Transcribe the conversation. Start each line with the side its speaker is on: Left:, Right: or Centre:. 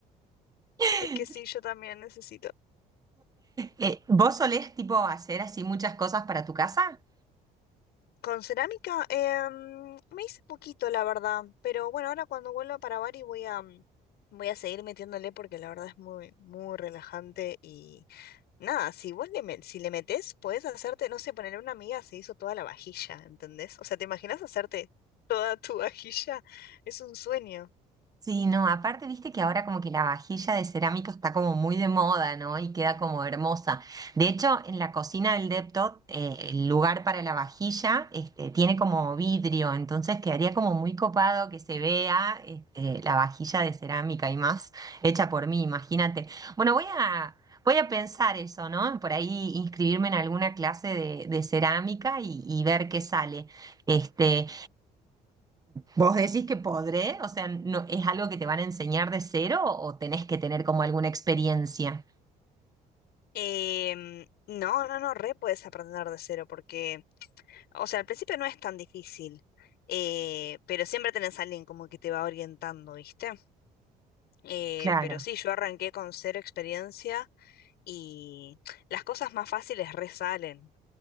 Right: <laughs>
Left: Es que sí, yo también necesito.
Right: Eh, ¿vos solés tipo hacer así muchas cosas para tu casa?
Left: Con cerámica, em, me hice poquito, la verdad. Pero bueno, ahora cuando vuelva para Bari voy a, mm, voy a seguir metiéndole porque la verdad es muy, muy relajante. Y nada, si vos le, met- si le metés, podés hacerte, no sé, ponerle una amiga se hizo toda la vajilla, ¿entendés? O sea, ¿te imaginas hacerte toda tu <laughs> vajilla? Es un sueño.
Right: Sí, no, aparte viste que ahora como que la vajilla de cerámica está como muy de moda, ¿no? Y queda como hermosa. De hecho, en la cocina del Deptot, eh, el lugar para la vajilla, este, tiene como vidrio, entonces quedaría como muy copado que se vea, este, la vajilla de cerámica y más hecha por mí, imagínate. Bueno, voy a, voy a pensar eso, ¿no? Por ahí inscribirme en alguna clase de, de cerámica y, y ver qué sale. Este. ¿Vos decís que podré? O sea, no, ¿es algo que te van a enseñar de cero o tenés que tener como alguna experiencia?
Left: Em, no, no, no, re puedes aprender de cero porque, o sea, al principio no es tan difícil, eh, pero siempre tenés a alguien como que te va orientando, ¿viste? Eh,
Right: Claro,
Left: pero sí, yo arranqué con cero experiencia y las cosas más fáciles resalen